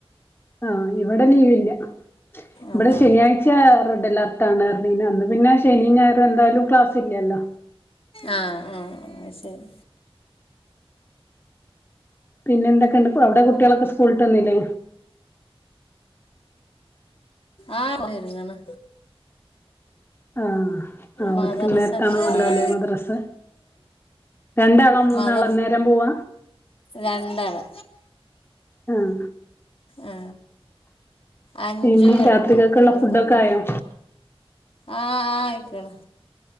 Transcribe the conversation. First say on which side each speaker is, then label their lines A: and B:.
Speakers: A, on the left; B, on the left.
A: ആ ഇവിടെ ലീവില്ല ഇവിടെ
B: അതെ
A: ശനിയാഴ്ച റെഡ് അലേർട്ടാണ് അന്ന് പിന്നെ ശനിയും ഞായറും എന്തായാലും ക്ലാസ് ഇല്ലല്ലോ
B: ആ ആ ശരി
A: പിന്നെ എന്തൊക്കെയുണ്ട് അവിടെ കുട്ടിയോള് ഓക്കേ സ്കൂളിട്ട് വന്നില്ലേ
B: ആഹ് <inaudible> ഒരുങ്ങാണു
A: ആ ആഹ്
B: മദ്രസണ്ട്
A: ഒരിക്ക് ഇന്നേരത്താണോല്ലേ
B: അവടെ
A: മദ്രാസ രണ്ടാളോ മൂന്നാളാ
B: മദർ
A: ഇന്നേരം പോവാ
B: രണ്ടാള്
A: ആഹ്
B: ആ അഞ്ചും
A: പിന്നെ
B: എട്ടും
A: രാത്രികൾക്കുള്ള
B: ഒരിക്ക്
A: ഫുഡൊക്കെ
B: ഇപ്പം
A: ആയോ
B: ആ ആയി ക്കണ്